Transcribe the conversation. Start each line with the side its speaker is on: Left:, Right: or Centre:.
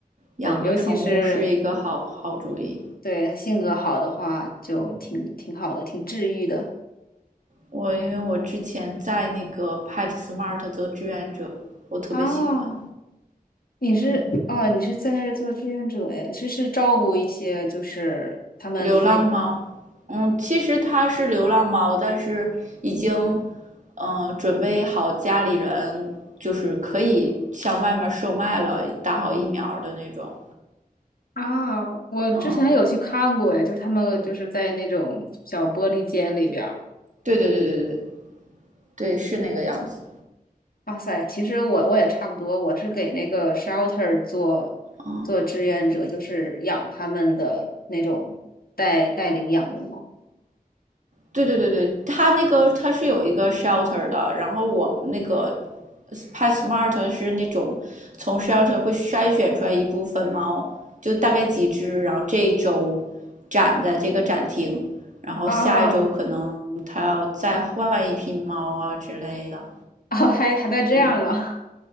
Right: 养个宠物是一个好好主意。
Left: 对，尤其是对性格好的话，就挺挺好的，挺治愈的。
Right: 我因为我之前在那个 PetSmart 做志愿者，我特别喜欢。
Left: 哦，你是哦，
Right: 嗯，
Left: 你是在那儿做志愿者哎，是是照顾一些就是他们那个
Right: 流浪猫，嗯，其实它是流浪猫，但是已经，嗯、准备好家里人就是可以向外面售卖了，打好疫苗的那种。
Left: 啊，我之前有去看过哎，
Right: 嗯，
Left: 就是他们就是在那种小玻璃间里边儿。
Right: 对对对对对对，是那个样子。
Left: 哇塞，其实我我也差不多，我是给那个 shelter 做做志愿者，
Right: 嗯。
Left: 就是养他们的那种带带领养的猫。
Right: 对对对对，它那个它是有一个 shelter 的，然后我们那个 Pet Smart 是那种从 shelter 会筛选出来一部分猫，就大概几只，然后这一周展在这个展厅，然后下一周可能它要再换一批猫啊之类的，
Left: 啊 <laughs>，哦，还还带这样啊！
Right: 嗯。